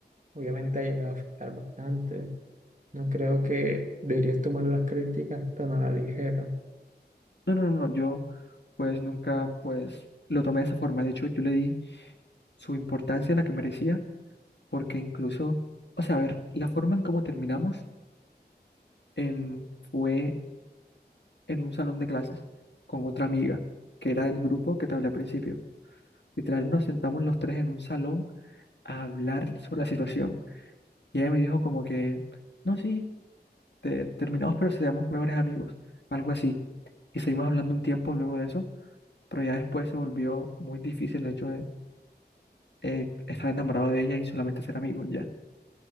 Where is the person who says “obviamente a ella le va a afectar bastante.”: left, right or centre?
Right